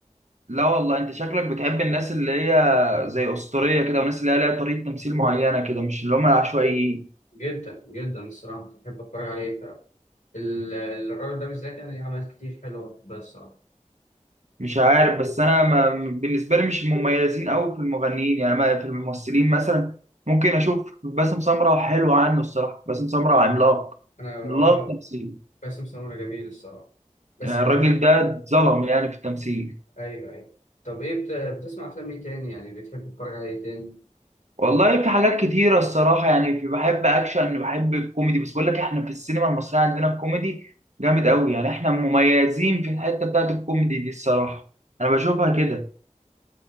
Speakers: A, on the right (about 65°); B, on the left (about 80°).
A: لا والله انت شكلك بتحب الناس اللي هي زي اسطوريه كده والناس اللي هي ليها طريقه تمثيل معينه كده مش اللي هم العشوائيين
B: جدا جدا الصراحة بحب اتفرج عليه ال- الراجل ده بالذات يعني ليه عمل كتير حلو بحبها الصراحة
A: مش عارف بس انا ما بالنسبه لي مش المميزين قوي في المغنيين يعني ما- في الممثلين مثلا ممكن اشوف باسم سمره حلو عنه الصراحه باسم سمره عملاق
B: أنا آه
A: عملاق تمثيل
B: باسم سمرة جميل الصراحة بس
A: يعني
B: ما
A: الراجل
B: بح
A: ده اتظلم يعني في التمثيل
B: أيوه أيوه طب إيه بت... بتسمع أفلام إيه تاني يعني بتحب تتفرج على إيه تاني؟
A: والله في حاجات كتيرة الصراحة يعني في بحب أكشن بحب الكوميدي بس بقول لك إحنا في السينما المصرية عندنا الكوميدي جامد أوي يعني إحنا مميزين في الحتة بتاعت الكوميدي دي الصراحة أنا بشوفها كده